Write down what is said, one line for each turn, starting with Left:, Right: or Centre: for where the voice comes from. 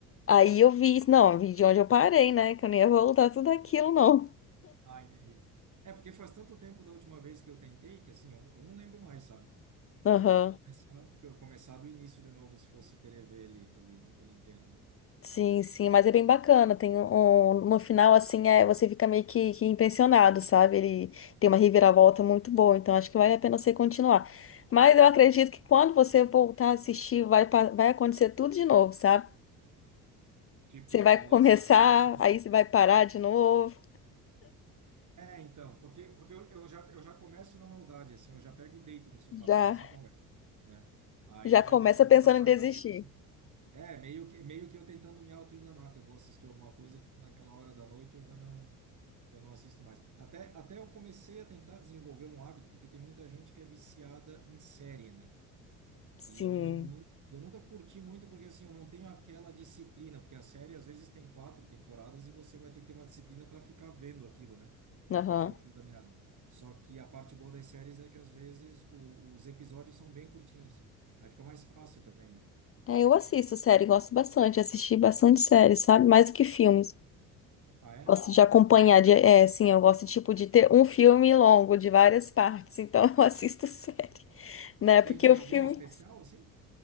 Left: Aí eu vi, não, eu vi de onde eu parei, né? Que eu nem ia voltar tudo aquilo, não.
Right: Ah, entendi. É porque faz tanto tempo da última vez que eu tentei que assim, eu, eu não lembro mais, sabe? Eu
Left: Aham.
Right: teria que começar, que eu começar do início de novo se fosse querer ver ele, ele, ele inteiro, né?
Left: Sim, sim, mas é bem bacana. Tem um, no final, assim, é, você fica meio que, que impressionado, sabe? Ele tem uma reviravolta muito boa, então acho que vale a pena você continuar. Mas eu acredito que quando você voltar a assistir, vai, pa- vai acontecer tudo de novo, sabe?
Right: Tipo
Left: Você vai
Right: o lance
Left: <laughs> começar,
Right: de dar o sono.
Left: aí você vai parar de novo,
Right: É, então, porque porque eu, eu já eu já começo na maldade assim, eu já pego e deito no sofá
Left: já,
Right: para início de conversa, né? Aí
Left: já
Right: já
Left: começa
Right: deixou
Left: pensando
Right: a luz apagada
Left: em desistir.
Right: e tal. É, meio que, meio que eu tentando me auto-enganar que eu vou assistir alguma coisa, porque naquela hora da noite eu já não, já não assisto mais. Até, até eu comecei a tentar desenvolver um hábito, porque tem muita gente que é viciada em série, né?
Left: Sim,
Right: E eu, nu- eu nunca curti muito, porque assim, eu não tenho aquela disciplina, porque a série às vezes tem quatro temporadas e você vai ter que ter uma disciplina para ficar vendo aquilo, né? Não
Left: aham.
Right: perder o fio da meada. Só que a parte boa das séries é que às vezes o- os episódios são bem curtinhos. Aí fica mais fácil também, né?
Left: É, eu assisto série, gosto bastante, assisti bastante série, sabe? Mais do que filmes.
Right: Ah, é?
Left: Gosto de acompanhar, de, é, sim, eu gosto, tipo, de ter um filme longo, de várias partes, então <laughs> eu assisto série, né,
Right: Tem,
Left: porque
Right: tem
Left: o
Right: alguma
Left: filme...
Right: especial, assim?